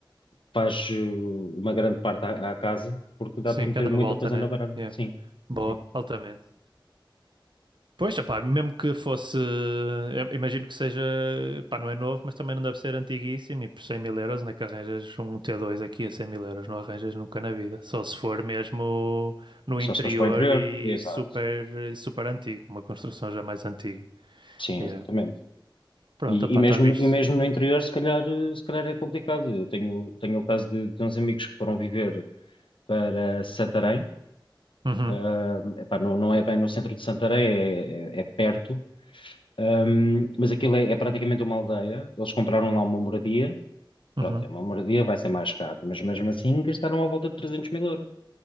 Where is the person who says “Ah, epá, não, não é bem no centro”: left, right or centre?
Left